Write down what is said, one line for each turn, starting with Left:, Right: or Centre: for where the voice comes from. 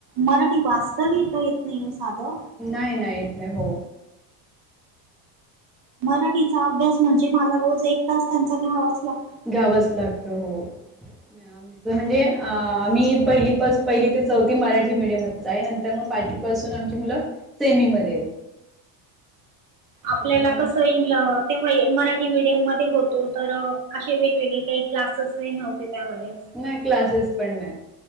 Right: मराठी वाचता लिहिता येत नाही ओ साधं
Centre: नाही नाही येत नाही हो.
Right: मराठीचा अभ्यास म्हणजे मला रोज एक तास त्यांचा घ्यावाच लागतो
Centre: द्यावच लागत हो आमच म्हणजेमी पहिलीपस पहिली ते चौथी मराठी मीडियमच आहे नंतर मग पाचवी पासून आमची मुलं सेमीमध्ये
Right: आपल्याला
Centre: त्याच्यामुळे
Right: कसं इ तेव्हा मराठी मीडियम मध्ये होतो तर असे वेगवेगळे काही क्लासेसही नव्हते त्यावेळेस
Centre: नाही क्लासेस पण नाही